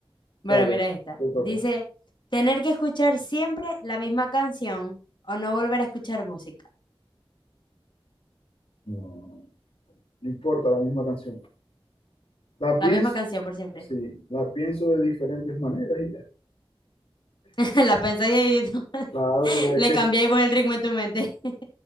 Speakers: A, on the left (about 85°); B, on the left (about 55°).
A: Dale,
B: Bueno, mira esta.
A: te toca.
B: Dice, tener que escuchar siempre la misma canción o no volver a escuchar música.
A: No, no importa, la misma canción. La
B: La
A: pienso,
B: misma canción por siempre.
A: sí, la pienso de diferentes maneras y ya.
B: <laughs> La pensáis y no, <laughs>
A: Claro, porque hay
B: le
A: que
B: cambiáis vos el ritmo en tu mente. <laughs>